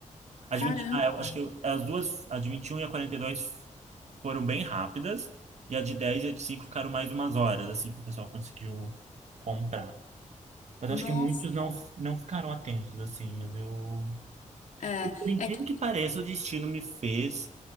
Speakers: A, on the right; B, on the left.
A: A
B: Caramba.
A: de 20 ah, eu acho que eu- as duas, a de vinte e um e a 42 foram bem rápidas, e a de 10 e a de 5 ficaram mais umas horas, assim, que o pessoal conseguiu comprar. Mas
B: Nossa.
A: eu acho que muitos não, não ficaram atentos, assim, mas eu
B: É,
A: E Por incrível
B: é que...
A: que pareça, o destino me fez